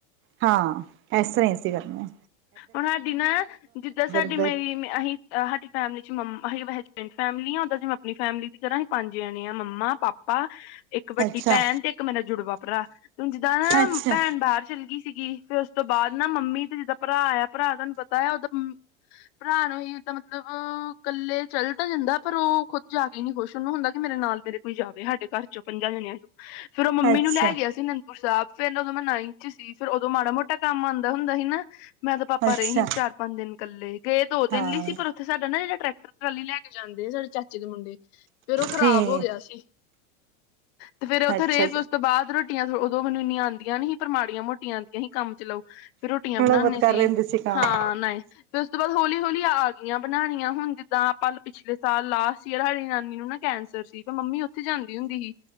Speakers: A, on the right; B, on the left.
A: ਹਾਂ, ਇਸ ਤਰ੍ਹਾਂ ਅਸੀਂ ਕਰਨੇ ਹਾ।
B: ਹੁਣ ਸਾਡੀ ਨਾ ਜਿਦਾਂ ਸਾਡੀ
A: ਉਧਰ
B: ਮੇਰੀ ਅਸੀਂ, ਅ ਸਾਡੀ ਫੈਮਿਲੀ 'ਚ ਮੰਮੀ ਵੈਸੇ ਅਸੀਂ ਜੁਆਇੰਟ ਫੈਮਿਲੀ ਆ ਉਦਾ 'ਚ ਮ ਆਪਣੀ ਫੈਮਲੀ ਦੀ ਤਰ੍ਹਾਂ ਹੀ ਪੰਜ ਜਣੇ ਆ ਮੰਮਾ ਪਾਪਾ ਇਕ ਮੇਰੀ ਵੱਡੀ
A: ਅੱਛਾ
B: ਭੈਣ ਤੇ ਇਕ ਮੇਰਾ ਜੁੜਵਾ ਭਰਾ ਤੇ ਜਿੱਦਾਂ ਨਾ
A: ਅੱਛਾ
B: ਭੈਣ ਬਾਹਰ ਚੱਲ ਗਈ ਸੀਗੀ ਫੇਰ ਉਸ ਤੋਂ ਬਾਅਦ ਨਾ ਮੰਮੀ ਤੇ ਜਿੱਦਾਂ ਭਰਾ ਆਇਆ ਭਰਾ ਤੁਹਾਨੂੰ ਪਤਾ ਐ ਉਹਦਾ ਭਰਾ ਨੂੰ ਜਿੱਦਾਂ ਮਤਲਬ ਇਕਲੇ ਚੱਲ ਤਾਂ ਜਾਂਦਾ ਪਰ ਉਹ ਖੁੱਦ ਜਾ ਕੇ ਨੀ ਖੁਸ਼ ਉਹਨੂੰ ਹੁੰਦਾ ਕਿ ਮੇਰੇ ਨਾਲ ਮੇਰੇ ਕੋਈ ਜਾਵੇ ਸਾਡੇ ਘਰ ਚੋ ਪੰਜਾ ਜਣਿਆਂ 'ਚ ਫੇਰ ਉਹ ਮੰਮੀ
A: ਅੱਛਾ
B: ਨੂੰ ਲੈ ਗਿਆ ਸੀ ਨੰ ਸਾਹਿਬ ਫਿਰ ਉਦੋ ਮੈਂ ਨਾਈ 'ਚ ਸੀ ਫਿਰ ਉਦੋ ਮਾੜਾ ਮੋਟਾ ਕਮ ਆਉਦਾ ਹੁੰਦਾ ਸੀ ਨਾ ਮੈ ਤਾਂ ਪਾਪਾ
A: ਅੱਛਾ
B: ਰਹੇ ਸੀ ਚਾਰ ਪੰਜ ਦਿਨ ਇਕਲੇ ਗਏ ਦੋ
A: ਹਾਂ
B: ਦਿਨ ਲਈ ਸੀ ਪਰ ਉਥੇ ਸਾਡਾ ਨਾ ਜਿਹੜਾ ਟਰੈਕਟਰ ਟਰਾਲੀ ਲੈ ਕੇ ਜਾਦੇ ਆ, ਸਾਡੇ ਚਾਚੇ ਦੇ ਮੁੰਡੇ। ਫੇਰ ਉਹ ਖਰਾਬ
A: ਠੀਕ
B: ਹੋ ਗਿਆ ਸੀ। ਤੇ ਫ਼ੇਰ ਉਥੇ
A: ਅੱਛਾ
B: ਰਏ, ਫਿਰ ਉਸ ਤੋ ਬਾਅਦ ਰੋ ਰੋਟੀਆਂ ਉਦੋ ਇਨੀਆਂ ਆਂਦੀਆਂ ਨਹੀ ਈ ਪਰ ਮਾੜੀਆਂ ਮੋਟੀਆਂ ਆਉਦੀਆਂ ਹੀ, ਕਮ ਚਲਾਓ। ਫਿਰ ਰੋਟੀਆਂ
A: ਥੋੜਾ
B: ਬਨਾਣੇ
A: ਬਹੁਤ
B: ਸੀ
A: ਕਰ ਲੈਂਦੇ
B: ਸੀ,
A: ਕੰਮ
B: ਹਾਂ ਨਹੀ ਫਰ ਉਸ ਤੋਂ ਬਾਅਦ ਹੌਲੀ-ਹੌਲੀ ਆ ਗਈਆਂ ਬਣਾਉਣੀਆਂ, ਹੁਣ ਜਿਦਾ ਆਪਾ ਪਿਛਲੇ ਸਾਲ, ਲਾਸਟ ਈਅਰ ਹਰੀ ਨਾਨੀ ਨੂੰ ਨਾ ਕੈਂਸਰ ਸੀ, ਤੇ ਮੰਮੀ ਉਥੇ ਜਾਂਦੀ ਹੁੰਦੀ ਹੀ।